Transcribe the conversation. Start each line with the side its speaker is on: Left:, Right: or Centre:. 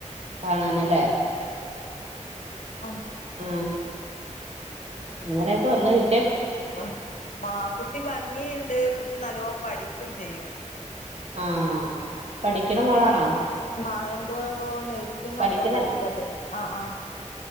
Right: കാണാന് ലെ
Left: അ
Right: ആ അങ്ങനെയൊക്കെ ഒന്ന് കി
Left: ഹ് മാ കുട്ടി ഭാ ഗിയുണ്ട് കുട്ടി നല്ലോ പഠിക്കും ചെയ്യും
Right: ആ പഠിക്കണ മോളാണോ
Left: ആ എന്തോന്നോ ന്നെ സിംഗ്
Right: പഠിക്കണ
Left: എന്തോ പഠിക്ക തോന്നുന്ന ആ ആ